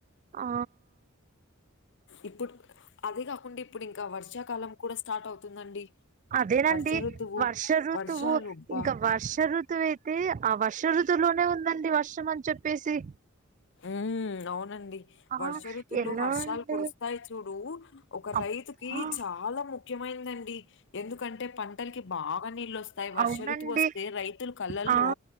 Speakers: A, on the right; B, on the left.
A: ఆ
B: ఇప్పుడు అదే కాకుండా ఇప్పుడు ఇంకా వర్షాకాలం కూడా స్టార్ట్ అవుతుందండి
A: అదేనండి
B: వర్ష ఋతువు
A: వర్ష ఋతువు
B: వర్షాలు అబ్బా
A: ఇంకా వర్ష ఋతువు అయితే ఆ వర్ష ఋతువు త్తలోనే ఉందండి వర్షం అని చెప్పేసి
B: ఉమ్మ్ అవునండి
A: ఆ
B: వర్ష ఋతులో
A: ఎలా
B: వర్షాలు
A: అండి
B: కురుస్తాయి చూడు ఒక
A: అబ్బా
B: రైతుకి చాలా ము ఖ్యమైందండి ఎందుకంటే పంటలకి బాగా నీళ్ళ వస్త వాయి వర్ష
A: అవునండి
B: ఋతువు వస్తే రైతులు కళ్ళల్లో
A: ఆ